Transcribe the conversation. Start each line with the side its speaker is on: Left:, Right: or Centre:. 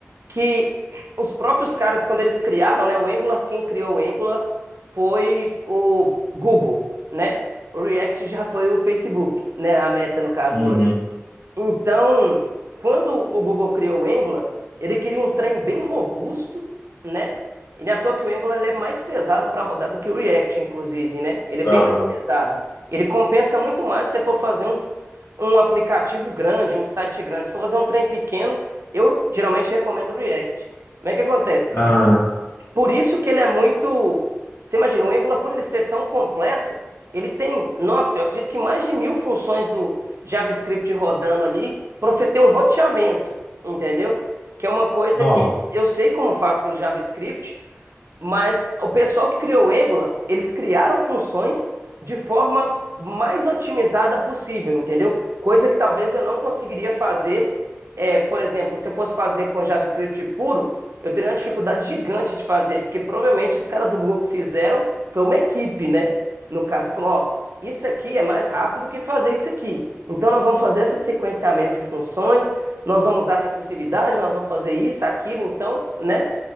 Right: que os próprios caras, quando eles criaram, né? O Angular, quem criou o Angular foi o Google, né? O React já foi o Facebook, né? A meta, no caso,
Left: uhum,
Right: hoje. Então, quando o Google criou o Angular, ele queria um trem bem robusto, né? E não é à toa que o Angular ele é mais pesado para rodar do que o React, inclusive, né? Ele é bem
Left: aham,
Right: mais pesado. Ele compensa muito mais se você for fazer um, um aplicativo grande, um site grande. Se for fazer um trem pequeno, eu geralmente recomendo o React. Como é que acontece?
Left: aham.
Right: Por isso que ele é muito. Você imagina, o Angular, por ele ser tão completo, ele tem, nossa, eu acredito que mais de mil funções do JavaScript rodando ali para você ter um roteamento, entendeu? Que é uma coisa
Left: Nossa.
Right: que eu sei como faz pelo JavaScript. Mas o pessoal que criou o Angular, eles criaram funções de forma mais otimizada possível, entendeu? Coisa que talvez eu não conseguiria fazer, é, por exemplo, se eu fosse fazer com JavaScript puro, eu teria uma dificuldade gigante de fazer, porque provavelmente os caras do Google que fizeram foi uma equipe, né? No caso, e falou, ó, isso aqui é mais rápido do que fazer isso aqui. Então nós vamos fazer esse sequenciamento de funções, nós vamos usar recursividade, nós vamos fazer isso, aquilo, então, né?